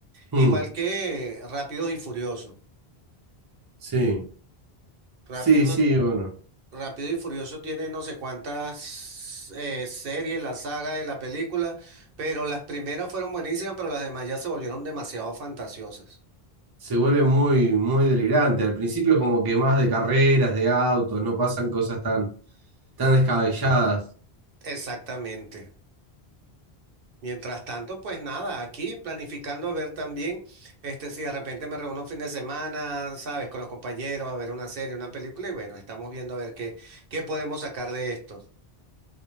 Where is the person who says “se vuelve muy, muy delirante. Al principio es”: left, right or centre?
Right